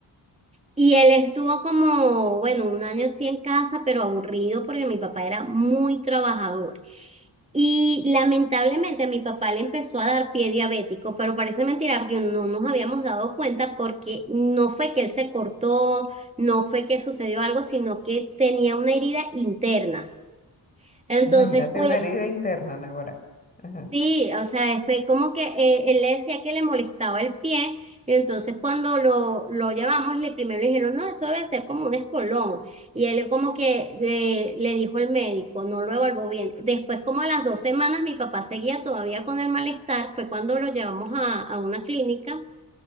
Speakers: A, on the right (about 15°); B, on the left (about 20°).
A: y él estuvo como, bueno, un año así en casa, pero aburrido porque mi papá era muy trabajador. Y lamentablemente a mi papá le empezó a dar pie diabético, pero parece mentira porque no nos habíamos dado cuenta porque no fue que él se cortó, no fue que sucedió algo, sino que tenía una herida interna. Entonces,
B: Imagínate
A: pues
B: una herida interna, Nagora. Ajá,
A: Sí, o sea, fue como que eh, él le decía que le molestaba el pie, y entonces cuando lo, lo llevamos, le primero le dijeron, no, eso debe ser como un espolón, y él como que le, le dijo el médico, no lo evaluó bien. Después, como a las dos semanas, mi papá seguía todavía con el malestar, fue cuando lo llevamos a, a una clínica,